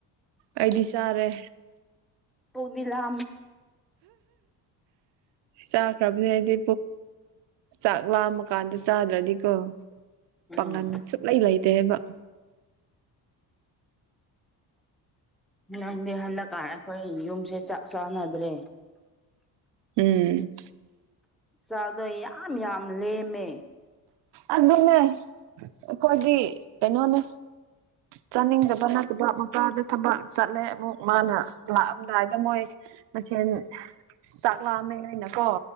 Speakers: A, on the right (about 80°); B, in the centre.
A: ꯑꯩꯗꯤ ꯆꯥꯔꯦ
B: ꯄꯨꯗ ꯂꯥ
A: ꯆꯥꯈ꯭ꯔꯕꯅꯤ ꯑꯩꯗꯤ ꯆꯥꯛ ꯂꯥꯃ ꯀꯥꯟꯗ ꯆꯥꯗ꯭ꯔꯗꯤꯀꯣ
B: ꯎꯝ
A: ꯄꯥꯒꯟ ꯁꯨꯡꯂꯩ ꯂꯩꯇꯦ ꯍꯥꯏꯕ
B: ꯅꯪꯗꯤ ꯍꯟꯗꯛꯀꯥꯟ ꯑꯩꯈꯣꯏ ꯌꯨꯝꯁꯦ ꯆꯥꯛ ꯆꯥꯟꯅꯗ꯭ꯔꯦ
A: ꯎꯝ
B: ꯆꯗꯣꯏ ꯌꯥꯝ ꯌꯥꯝ ꯂꯦꯝꯃꯦ
A: ꯑꯗꯨꯟꯅ ꯑꯩꯣꯏꯗꯤ ꯄꯩꯅꯣꯅꯦ ꯆꯥꯅꯤꯡꯗꯕ ꯅꯠꯇꯕ ꯃꯄꯥꯗ ꯊꯕꯛ ꯆꯠꯂꯦ ꯑꯃꯨꯛ ꯃꯥꯅ ꯂꯥꯛꯑꯝꯗꯥꯏꯗ ꯃꯣꯏ ꯃꯆ ꯆꯥꯛꯂꯥꯛꯑꯝꯃꯦ ꯍꯥꯏꯅꯀꯣ